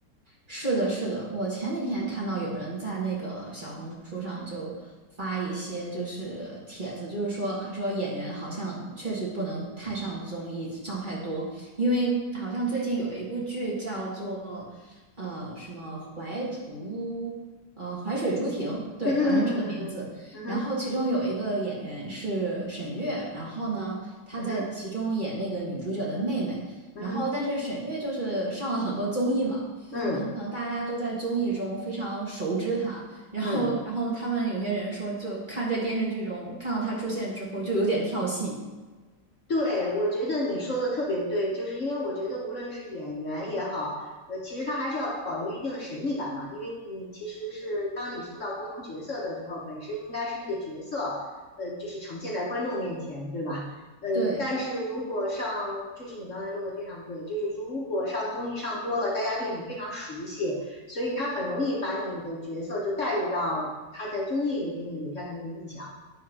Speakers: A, on the right (about 25°); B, on the left (about 45°).
A: 是的，是的，我前几天看到有人在那个小红书上就发一些就是帖子，就是说他说演员好像确实不能太上综艺，上太多，因为好像最近有一部剧叫做呃什么怀竹呃淮水竹亭，对，
B: 嗯嗯嗯嗯嗯
A: 好像是这个名字。然后其中有一个演员是沈月，然后呢她在其中演那个女主角的妹妹，
B: 嗯嗯哼嗯哼嗯哼
A: 然后但是沈月就是上了很多综艺嘛。
B: 嗯
A: 然后可能大家都在综艺中非常熟知他，然后然后他们有些人说，
B: 嗯嗯
A: 就看在电视剧中看到他出现之后，就有点跳戏。
B: 对，我觉得你说的特别对，就是因为我觉得无论是演员也好，呃，其实他还是要保留一定的神秘感嘛，因为你其实是当你塑造不同角色的时候，本身应该是那个角色，呃，就是呈现在观众面前，对吧？呃，
A: 对，
B: 但是如果上，就是你刚才说的非常对，就是如果上综艺上多了，大家对你非常熟悉，所以他很容易把你的角色就带入到他在综艺里给你留下的那个印象。